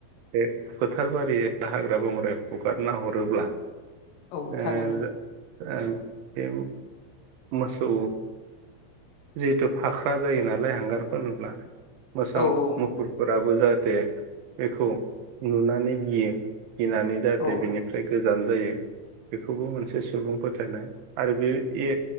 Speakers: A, on the right (about 75°); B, on the left (about 85°).
A: बे फोथार बारि दा हाग्रा बंग्राय हगारना हरोब्ला
B: औ
A: ओ
B: थारैनो
A: जो ओ बे मोसौ जिहेथु फाख्रा जायो नालाय हांगारफोनब्ला मोसा
B: औ औ
A: मुफुरफोराबो
B: नंगौ
A: जाहाथ दे बेखौ नुनानै गियो। गिनानै जाहाथे
B: औ
A: बिनिफ्राय गोजान जायो बेखौबो मोनसे सुबुं फोथायनाय आरो बेयो ए